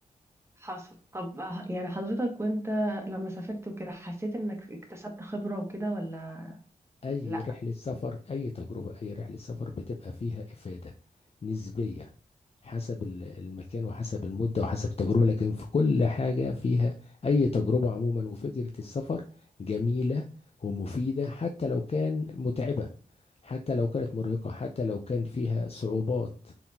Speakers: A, on the right; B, on the left.
A: حصل طب ه- يعني حضرتك وانت لما سافرت وكده حسيت انك اكتسبت خبره وكده ولا
B: اي
A: لا
B: رحله سفر اي تجربه اي رحله سفر بتبقى فيها افاده نسبيه حسب ال- المكان وحسب المده وحسب التجربه لكن في كل حاجه فيها اي تجربه عموما وفكره السفر جميله ومفيده حتى لو كان متعبه حتى لو كانت مرهقه حتى لو كان فيها صعوبات